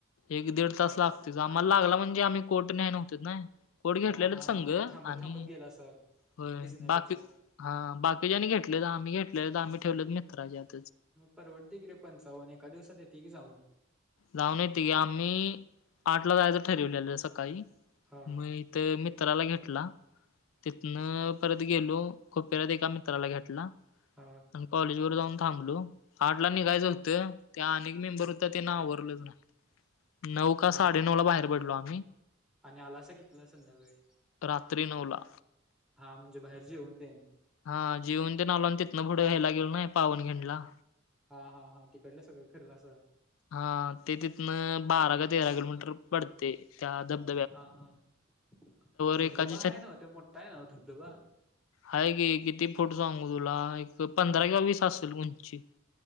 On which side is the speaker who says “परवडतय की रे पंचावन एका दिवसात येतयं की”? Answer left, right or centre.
Centre